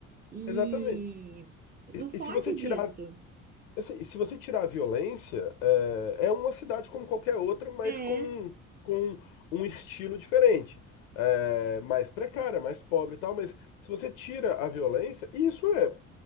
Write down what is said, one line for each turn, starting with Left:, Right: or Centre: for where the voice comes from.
Right: e
Left: exatamente.
Right: não
Left: E,
Right: foge
Left: e se você tirar
Right: disso.
Left: Assim, se você tirar a violência, é, é uma cidade como qualquer outra, mas
Right: É,
Left: com, com um estilo diferente. É, mais precária, mais pobre e tal, mas se você tira a violência, e isso é